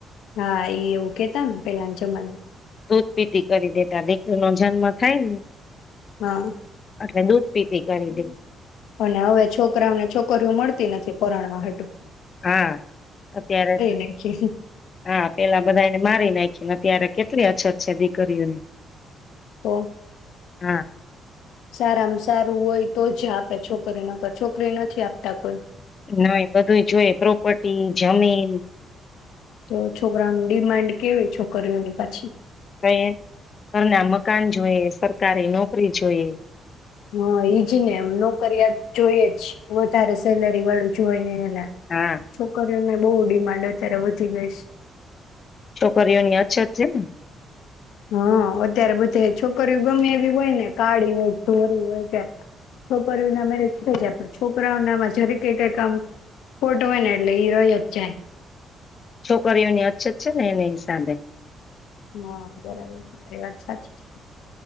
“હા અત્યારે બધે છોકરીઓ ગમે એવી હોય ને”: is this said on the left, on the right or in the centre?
Left